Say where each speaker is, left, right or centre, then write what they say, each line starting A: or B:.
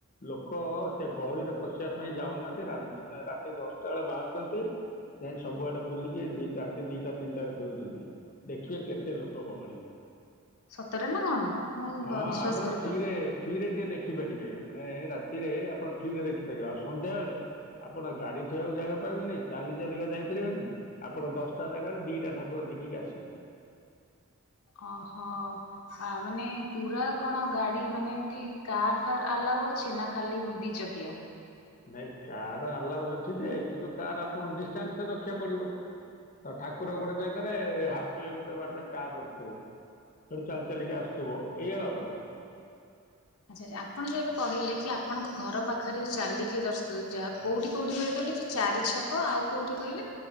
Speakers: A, on the left; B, on the left.
A: ଲୋକ ସେ ଗହଳିରେ ପଶିବା ପାଇଁ ଯାଉନାହାନ୍ତି ରା ଦିନ ରାତି ଦଶଟା ଏଳେ ବାହାରୁଚନ୍ତି ଯାଇଁ ସବୁଆଡ଼େ ବୁଲିକିି ଦିଟା ରାତି ଦିଟା ତିନିଟାରେ ଫେରୁଚନ୍ତି। ଦେଖିବେ କେତେ ଲୋକ ଗହଳି।
B: ସତରେ ନାଁ କଣ? ମୁଁ
A: ହଁ
B: ବିଶ୍ଵାସ
A: ଆପଣ
B: କରିପାରୁନି।
A: ଫ୍ରୀରେ ଫ୍ରୀରେ ଟିକେ ଦେ ଖିପାରିବେ ମାନେ ରାତିରେ ଆପଣ ଫ୍ରିରେ ରଖିପାରିବେ ଆଉ ସନ୍ଧ୍ୟା ଏଳେ ଆପଣ ଗାଡ଼ି ଥୋଇବାକୁ ଜାଗା ପାଇବେନେଇ ଚାଲି ଚାଲିକା ଯାଇପାରିବେନେଇ ଆପଣ ଦଶଟା ଜାଗାରେ ଦିଟା ଠାକୁର ଦେଖିକି ଆସିବେ।
B: ଅ ହ ହା ମାନେ ପୁରା କଣ ଗାଡ଼ି ମାନେ ଏମତି କାର ଫାର୍ ଆଲାଉ ଅଛି ନାଁ ଖାଲି ଦିଚକିଆ?
A: ନାଇଁ କାର ଆଲାଉ ଅଛି ଯେ କିନ୍ତୁ କାର୍ ଆପଣ ଡିଷ୍ଟାନ୍ସ ତେ ରଖିବାକୁ ପଡ଼ିବ। ତ ଠାକୁର ଗୋଟେ ଜାଗାରେ ହାପ୍ କିଲୋମିଟର ବାଟରେ କାର ରଖୁଥୁବ ସେଠୁ ଚାଲି ଚାଲିକା ଆସୁଥୁବ। ଏଇଆ ଆଉ କଣ।
B: ଆଚ୍ଛା ଯେ ଆପଣ ଯୋଉ ଏବେ କହିଲେ କି ଆପଣଙ୍କ ଘର ପାଖରେ ଯଉ ଚାଲିକି ଦର୍ଶ ଉ ଯାହା କୋଉଠି କୋଉଠି ହୁଏ କହିଲେ ଯୋଉ ଚାରି ଛକ ଆଉ କୋଉଠି କହିଲେ?